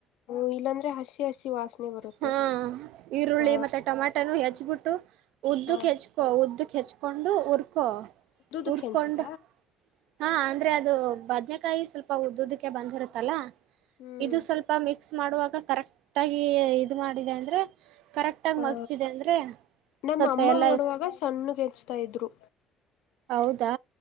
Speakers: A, on the left (about 80°); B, on the right (about 75°).
A: ಹ್ಮ ಇಲ್ಲಾಂದ್ರೆ ಹಸಿ ಹಸಿ. ವಾಸನೆ ಬರುತ್ತೆ
B: ಹಾ ಈರುಳ್ಳಿ
A: ಹ
B: ಮತ್ತೆ ಟೊಮಾಟನು ಹೆಚ್ಬಿಟ್ಟು ಉದ್ದಕ್
A: ಹ
B: ಹೆಚ್ಕೋ. ಉದ್ದಕ್ ಹೆಚ್ಕೊಂಡು ಉುರ್ಕೊ
A: ಉದ್ದುದಕ್ಕೆ
B: ಉರ್ಕೊಂಡ.
A: ಹೆಂಚ್ಲ
B: ಹಾ ಅಂದ್ರೆ ಅದು ಬದ್ನೆಕಾಯಿ ಸ್ವಲ್ಪ ಉದ್ದುದಕ್ಕೆ ಬಂದಿರುತ್ತಲ್ಲ
A: ಹ್ಮ್
B: ಇದು ಸ್ವಲ್ಪ ಮಿಕ್ಸ್. ಮಾಡುವಾಗ ಕರೆಕ್ಟ್ ಆಗಿ ಇದ್ ಮಾಡಿದೆ ಅಂದ್ರೆ ಕರೆಕ್ಟ್ ಆಗಿ
A: ಹ
B: ಮಡ್ಚಿದೆ ಅಂದ್ರೆ.
A: ನಮ್ಮ
B: ಸ್ವಲ್ಪ
A: ಅಮ್ಮ
B: ಎಲ್ಲಾ
A: ಮಾಡೋಡುವಾಗ ಸಣ್ಣ ಕೆಚ್ತಾ ಇದ್ರು.
B: ಹೌದಾ